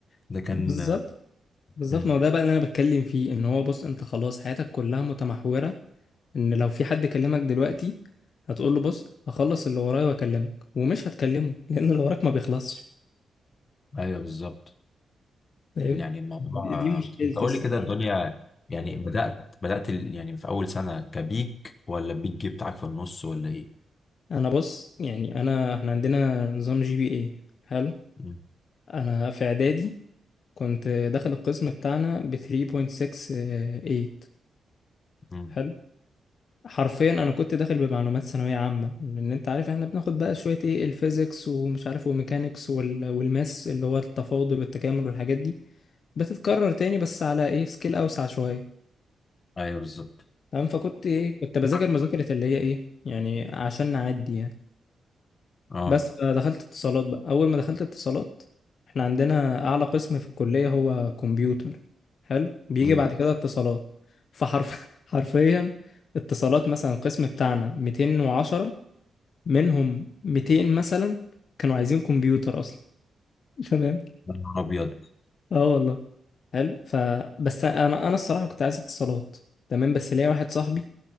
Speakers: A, on the left; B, on the left.
A: ده كان
B: بالظبط بالظبط
A: مم.
B: ما هو ده بقى اللي انا بتكلم فيه ان هو بص انت خلاص حياتك كلها متمحورة ان لو في حد كلمك دلوقتي هتقول له بص هخلص اللي ورايا واكلمك ومش هتكلمه لان اللي وراك ما بيخلصش
A: ايوه بالظبط
B: فاهم
A: يعني الموضوع
B: دي دي مشكلتي
A: انت قول
B: الصراحة
A: لي كده الدنيا يعني بدأت بدأت ال- يعني في أول سنة كبيك ولا البيك جي بتاعك في النص ولا إيه؟
B: انا بص يعني انا احنا عندنا نظام جي بي اي حلو
A: مم.
B: انا في اعدادي كنت داخل القسم بتاعنا ب 3.68
A: مم.
B: حلو حرفيا انا كنت داخل بمعلومات ثانويه عامه لان انت عارف احنا بناخد بقى شويه ايه الفيزيكس ومش عارف وميكانيكس وال... والماس اللي هو التفاضل والتكامل والحاجات دي بتتكرر تاني بس على ايه سكيل اوسع شويه
A: أيوه بالظبط
B: تمام فكنت ايه كنت بذاكر
A: عارف
B: مذاكره اللي هي ايه يعني عشان نعدي يعني.
A: أه
B: بس دخلت اتصالات بقى اول ما دخلت اتصالات احنا عندنا اعلى قسم في الكلية هو كمبيوتر حلو بيجي
A: مم.
B: بعد كده اتصالات فحرف <laughs> حرفيا اتصالات مثلا القسم بتاعنا 210 منهم 200 مثلا كانوا عايزين كمبيوتر اصلا <laughs> تمام
A: يا نهار أبيض
B: اه والله حلو فبس انا انا الصراحة كنت عايز اتصالات تمام بس ليا واحد صاحبي